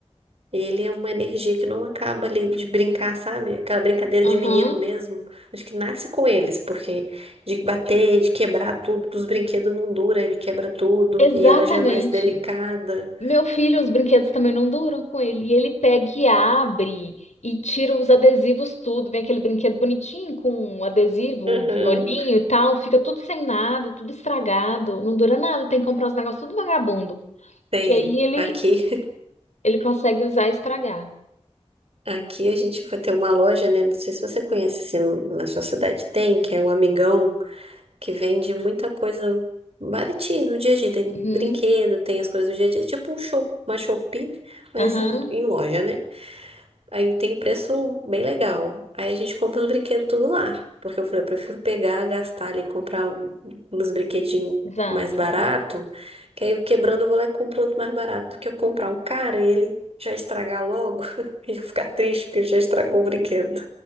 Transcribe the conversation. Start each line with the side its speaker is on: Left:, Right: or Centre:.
Right: Ele é uma energia que não acaba ali de brincar, sabe? Aquela brincadeira
Left: Uhum.
Right: de menino mesmo. Acho que nasce com eles, porque de bater, de quebrar tudo, dos brinquedos não dura, ele quebra tudo,
Left: Exatamente.
Right: e ela já é mais delicada.
Left: Meu filho, os brinquedos também não duram com ele. E ele pega e abre e tira os adesivos tudo. Vem aquele brinquedo bonitinho com um adesivo
Right: Uhum.
Left: de olhinho e tal. Fica tudo sem nada, tudo estragado. Não dura nada, tem que comprar os negócios tudo vagabundo.
Right: Tem.
Left: Que aí ele,
Right: Aqui
Left: ele consegue usar e estragar.
Right: Aqui a gente vai ter uma loja, né? Não sei se você conhece, se na sua cidade tem, que é o Amigão, que vende muita coisa baratinha no dia a dia. Tem
Left: Uhum,
Right: brinquedo, tem as coisas do dia a dia. Tipo um show, uma Shopee, mas
Left: aham,
Right: em loja, né? Aí tem um preço bem legal. Aí a gente compra os brinquedos tudo lá. Porque eu falei, eu prefiro pegar, gastar ali, comprar um- uns brinquedinhos
Left: exato.
Right: mais barato, que aí quebrando eu vou lá e compro outro mais barato, do que eu comprar um caro e ele já estragar logo <laughs> e eu ficar triste porque já estragou o brinquedo.